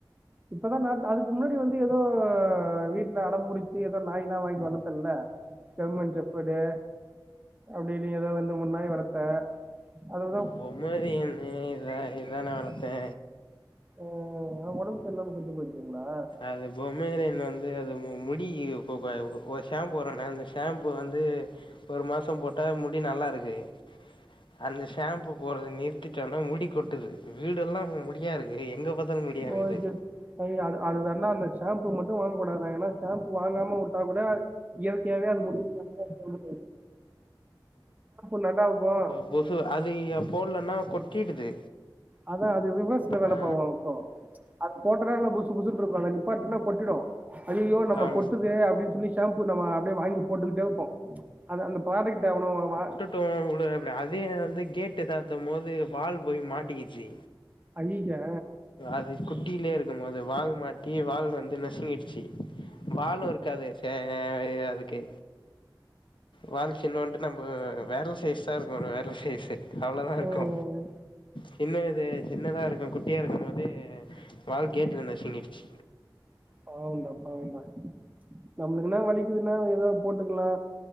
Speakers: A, on the right; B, on the left.
A: இப்பதா நாத் அதுக்கு முன்னாடி வந்து எதோ வீட்ல அடம்புடிச்சு எதோ நாய்லா வாங்கி வளத்தல்ல ஜெர்மன் ஜெஃபடு அப்டி நீ எதா ரெண்டு மூன் நாய் வளத்த அது
B: பொமேரியன்னு இது நாய்தா நா வளத்தே.
A: ம்ம் ஏ ஒடம் செர்லாமா செத்து போச்சிங்ளா?
B: அது பொமேரியன் வந்து அது மு முடி பொ பொ <unintelligible> ஷாம்பு வருண்ணே அந்த ஷாம்பு வந்து ஒரு மாசம் போட்டா முடி நல்லா இருக்கு. அதுல ஷேம்பு போடர்த நிறுத்திட்டன்னா முடி கொட்டுது, வீடெல்லா முடியா இருக்கு. எங்க பாத்தாலு முடியா இருக்குது
A: ஓகே அய்யயோ அது அது தாண்டா அந்த ஷேம்பு மட்டு வாங்க கூடாதுனே ஏனா ஷேம்பு வாங்காமவுட்டா கூட இயற்கையாவே அது முடி சாஃப்டா <inaudible> ஷேம்பு என்னேன்னா இப்போ
B: போ சு அதயே போட்லன்னா கொட்டிடுது
A: அதா அது ரிவர்ஸ்ல தான
B: ஆ
A: பா வேல பாக்கு அது போட்டனா நல்லா புசு புசுன்ட்ருக்கு அத நிப்பாட்னா கொட்டிடு அய்யய்யோ நம்ம
B: ஆம்
A: கொட்டுதே அப்டின் சொல்லி ஷேம்பு நம்ம அப்டியே வாங்கி போட்டுக்கிடே இருப்போ அத அந்த ப்ரோடுக்ட் எவ்வளாருவா
B: <unintelligible> அதயு வந்து கேட்டு சாத்தும் போது வால் போய் மாட்டிக்கிச்சு
A: அய்யய்யே
B: அது குட்டிலே இருக்கும் போது வால் மாட்டி வால் வந்து நசுங்கிடுச்சி வாழு இருக்காது சேகர் அதுக்கு வால் சின்னூண்டு நம்ம வெரல் சைஸ் தா இருக்கு ஒரு வெரல் சைஸ்ஸி அவ்ளதா
A: ஹம்,
B: இருக்கு சின்ன இது சின்னதா இருக்கு குட்டியா இருக்கும் போது வால் கேட்ல நசுங்கிடுச்சி
A: பாவன்டா பாவன்டா நம்பளுக்கல்லா வலிக்குதுன்னா எதாத் போட்டுக்கலா